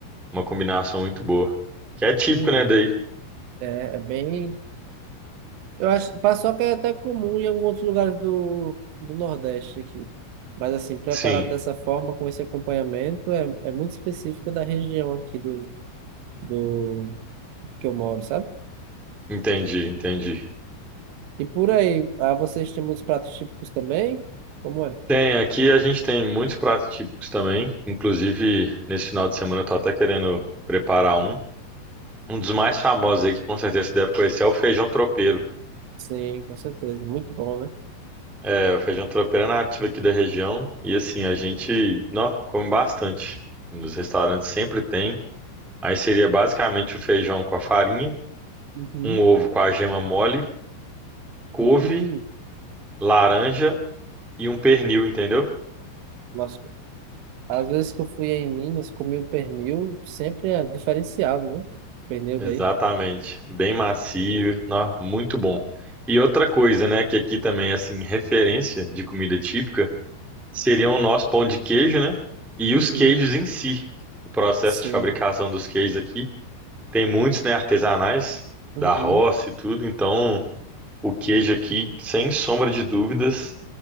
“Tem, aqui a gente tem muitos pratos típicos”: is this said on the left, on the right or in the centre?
Centre